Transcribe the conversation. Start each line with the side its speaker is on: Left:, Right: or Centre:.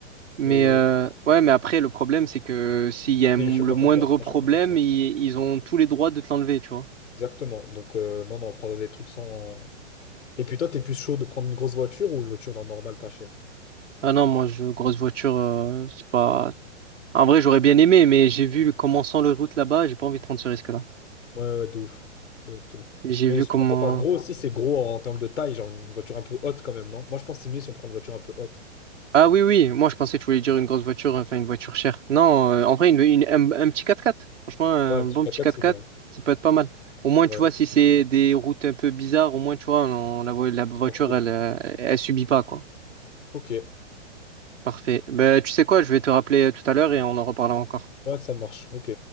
Right: Mais
Left: Mais,
Right: euh, ouais, mais après, le problème, c'est que s'il y a m-
Left: mais je fais pas
Right: le moindre
Left: confiance.
Right: problème,
Left: Moi, je fais pas confiance.
Right: ils, ils ont tous les droits de te l'enlever, tu vois.
Left: Exactement. Donc, euh, non, non, prendre des trucs sans. Et puis toi, t'es plus chaud de prendre une grosse voiture ou une voiture genre normale pas chère?
Right: Ah non, moi, je, grosse voiture, euh, c'est pas. En vrai, j'aurais bien aimé, mais j'ai vu comment sont les routes là-bas, j'ai pas envie de prendre ce risque-là.
Left: Ouais, ouais, de ouf. De ouf, de ouf.
Right: J'ai
Left: Mais
Right: vu
Left: je
Right: comment.
Left: trouve pas gros aussi, c'est gros en termes de taille, genre une voiture un peu haute quand même, non? Moi, je pense que c'est mieux si on prend une voiture un peu haute.
Right: Ah oui, oui, moi, je pensais que tu voulais dire une grosse voiture, enfin, une voiture chère. Non, euh, en vrai, une, une- un, un petit quatre quatre Franchement, un
Left: Ouais, un
Right: bon
Left: petit quatre
Right: petit quatre
Left: x c'est
Right: quatre
Left: bien.
Right: ça peut être pas mal. Au moins,
Left: Ouais,
Right: tu vois, si c'est des routes un peu bizarres, au moins, tu vois, on- la, vo- la voiture,
Left: tranquille.
Right: elle, euh, elle subit pas, quoi.
Left: Ok.
Right: Parfait. Ben, tu sais quoi, je vais te rappeler euh, tout à l'heure et on en reparlera encore.
Left: Ouais, ça marche. Ok.